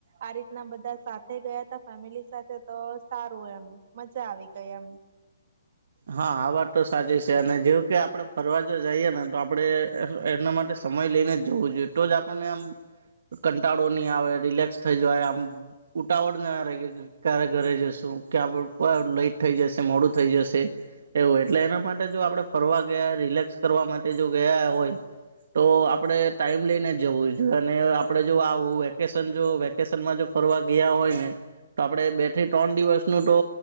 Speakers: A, on the right; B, on the right.
A: આ રીતના બધા સાથે ગયા તા ફેમિલી સાથે તો સારું એમ મજા આવી ગઈ એમ
B: હા આ વાત તો સાચી છે અને જેવ કે આપડે ફરવા જો જઈએ ને તો આપડે એમના માટે સમય લઈને જ જવું જોઈએ તો જ આપણને આમ કંટાળો નહી આવે રિલેક્સ થઈ જાય આમ ઉટાવળ ના રહિએ કે ક્યારે ઘરે જશું ક્યાં <unintelligible> લઈટ થઈ જશે મોડું થઈ જશે. એવું એટલે એના માટે જો આપડે ફરવા ગયા, રિલેક્સ કરવા માટે જો ગયા હોય તો આપડે ટાઈમ લઈને જવું જોઈએ અને આપડે જો આવ વેકેશન જો વેકેશનમાં જો ફરવા ગયા હોય ને તો આપડે બે થી ત્રણ દિવસ નું તો